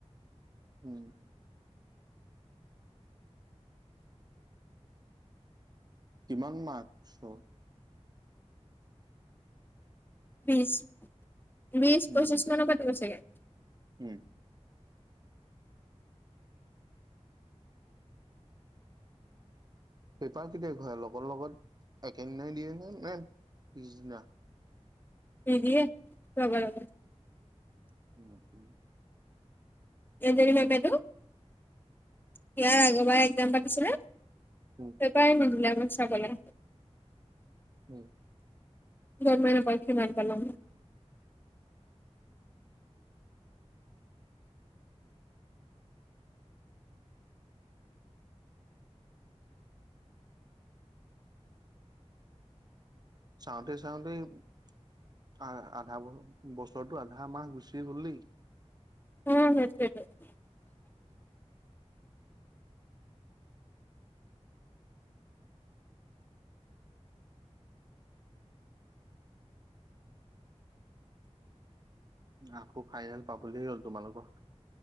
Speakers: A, on the right; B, on the left.
A: উম, কিমান মাৰ্কছৰ?
B: বিছ-বিছ
A: উম
B: পঁচিশ মানৰ পাতিব ছাগে।
A: উম পেপাৰ কেতিয়া ঘূৰাই লগৰ লগত, একেদিনাই দিয়ে নে, নে, পিছদিনা?
B: নিদিয়ে লগে লগে।
A: উম, উম,
B: কেইজনীমান বাইদেও ইয়াৰ আগৰবাৰ একজাম পাতিছিলে।
A: উম
B: পেপাৰ এ, নিদিলে আমাক চাবলে।
A: উম,
B: গমেই নাপালো কিমান পালো।
A: চাওঁতে-চাওঁতে আ, আধা বছৰটো আধা মাহ গুচিয়েই গ'ল দেই।
B: উম, সেইটোৱেই।
A: আকৌ ফাইনেল পাবলে হ'ল তোমালোকৰ।